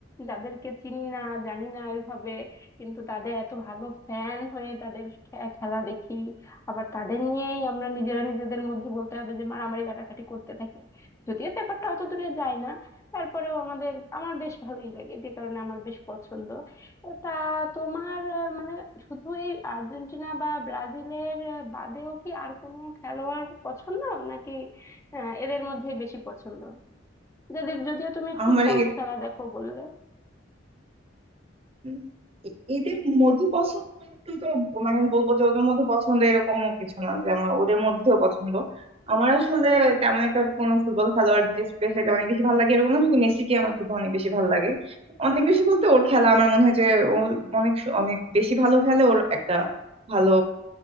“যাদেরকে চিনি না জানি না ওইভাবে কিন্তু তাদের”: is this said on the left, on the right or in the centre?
Left